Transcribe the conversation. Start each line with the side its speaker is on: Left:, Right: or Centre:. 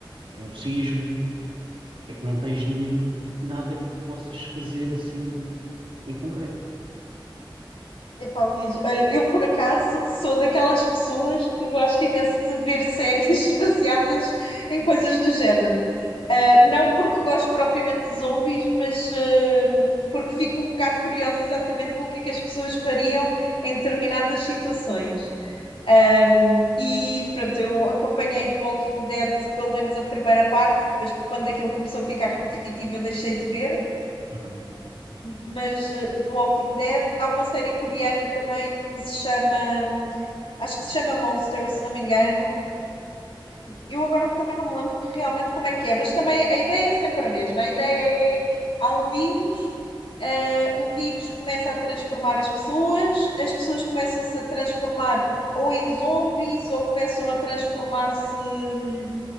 Right: um sismo. é que não tens nenhum, nada que possas fazer assim em concreto.
Left: Epá, Luís, olha, eu por acaso sou daquelas pessoas que gosto imenso de ver séries <laughs> baseadas em coisas do género. Ah, não porque gosto propriamente de zombies, mas ah, porque fico um bocado curiosa exatamente com o que é que as pessoas fariam em determinadas situações. Um, e pronto, eu acompanhei The Walking Dead pelo menos a primeira parte, depois quando aquilo começou a ficar repetitivo eu deixei de ver,
Right: Uhum.
Left: mas eh, The Walking Dead. Há uma série coreana também que se chama, acho que se chama Monster, se não me engano. Eu agora também não me lembro realmente como é que é, mas também a ideia é sempre a mesma. A ideia é, há um vírus, eh, o vírus começa a transformar as pessoas, as pessoas começam-se a transformar ou em zombies, ou começam a transformar-se hum,